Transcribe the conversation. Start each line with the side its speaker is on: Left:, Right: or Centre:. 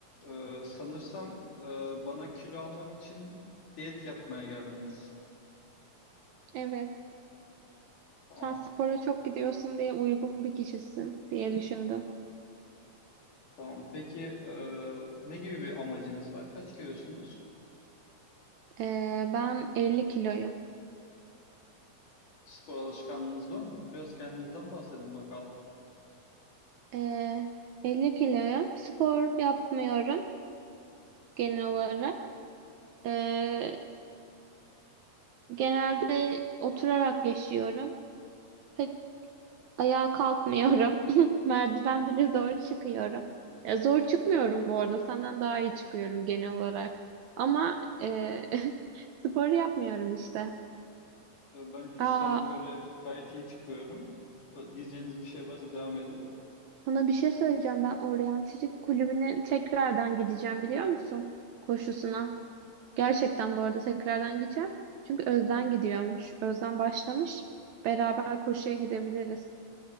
Left: Ee, sanırsam e, bana kilo almak için diyet yapmaya geldiniz.
Right: Evet.
Left: Tamam,
Right: Sen spora çok gidiyorsun diye uygun bir kişisin diye düşündüm.
Left: tamam. Peki e, ne gibi bir amacınız var? Kaç kilosunuz?
Right: Ee, ben 50 kiloyum.
Left: Spor alışkanlığınız var mı? Biraz kendinizden bahsedin bakalım.
Right: Ee, 50 kiloyum. Spor yapmıyorum genel olarak. Ee, genelde oturarak yaşıyorum. Pek ayağa kalkmıyorum. <laughs> Merdiven bile zor çıkıyorum. Ya zor çıkmıyorum bu arada. Senden daha iyi çıkıyorum genel olarak. Ama e, <laughs> spor yapmıyorum işte.
Left: Ee, ben cüsseme
Right: Aa,
Left: göre gayet iyi çıkıyorum. Ba- Diyeceğiniz bir şey varsa devam edin.
Right: Sana bir şey söyleyeceğim. Ben oryantistik kulübüne tekrardan gideceğim biliyor musun? Koşusuna. Gerçekten bu arada tekrardan gideceğim. Çünkü Özden gidiyormuş. Özden başlamış. Beraber koşuya gidebiliriz.